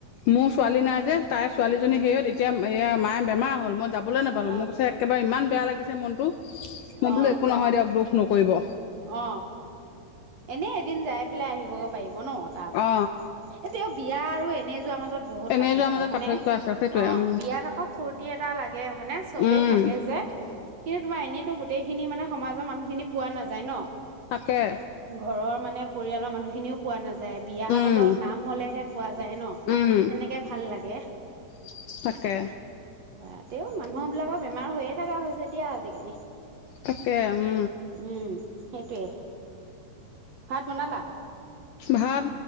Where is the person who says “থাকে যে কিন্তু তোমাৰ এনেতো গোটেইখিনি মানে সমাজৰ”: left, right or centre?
Right